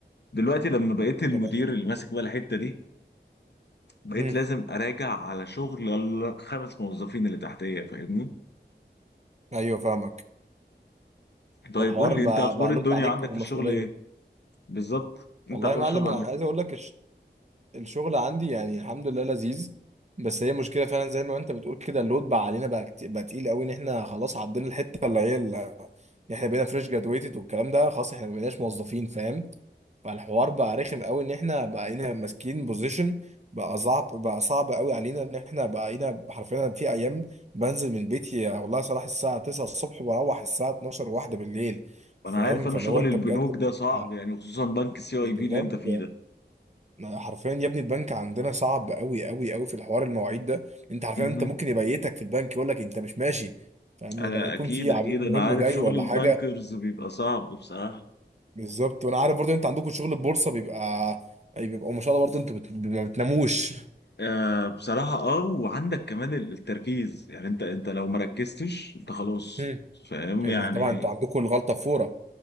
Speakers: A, on the left; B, on the right.
A: دلوقتي لما بقيت المدير
B: تمام
A: اللي ماسك بقى الحته دي بقيت
B: مم.
A: لازم اراجع على شغل الخمس موظفين اللي تحتيه فاهمني
B: ايوه فاهمك
A: طيب
B: فالحوار
A: قول لي
B: بقى,
A: انت اخبار
B: بقى
A: الدنيا
B: لود عليك
A: عندك
B: ومسؤوليه
A: في الشغل ايه بالظبط انت
B: والله
A: اخبار
B: يا معلم
A: الشغل عندك
B: انا عايز
A: ايه
B: اقول لك الش... الشغل عندي يعني الحمد لله لذيذ بس هي مشكله فعلا زي ما انت بتقول كده اللود بقى علينا بقى, كت... بقى تقيل قوي ان احنا خلاص عدينا الحته اللي هي ال... احنا بقينا فريش جرادويتد والكلام ده خلاص احنا ما بقيناش موظفين فاهم فالحوار بقى رخم قوي ان احنا بقينا ماسكين بوزيشن بقى صعب بقى صعب قوي علينا ان احنا بقينا حرفيا أنا في ايام بنزل من بيتي يا والله صلاح الساعه 9 الصبح واروح الساعه 12 واحدة بالليل فاهم
A: انا عارف
B: فلو
A: انا شغل
B: انت
A: البنوك
B: بجد
A: ده صعب
B: آه،
A: يعني خصوصا بنك سي اي
B: بجد
A: بي اللي انت فيه ده
B: ما- حرفيا يا ابني البنك عندنا صعب قوي قوي قوي في الحوار المواعيد ده انت حرفيا
A: مهم.
B: انت ممكن يبيتك في البنك يقول لك انت مش ماشي فاهم
A: انا
B: لما يكون
A: اكيد
B: في عميل
A: اكيد انا
B: مهم
A: عارف
B: جاي
A: شغل
B: ولا
A: البنكرز
B: حاجه
A: بيبقى صعب بصراحه
B: بالظبط وانا عارف برضو انت عندكم شغل البورصه بيبقى بيبقى ما شاء الله برضو انتوا بت... ما بتناموش
A: آه بصراحة اه وعندك كمان ال- التركيز يعني انت انت لو ما ركزتش انت خلاص
B: هم.
A: فاهم
B: ال...
A: يعني
B: طبعا انتوا عندكم الغلطه بفوره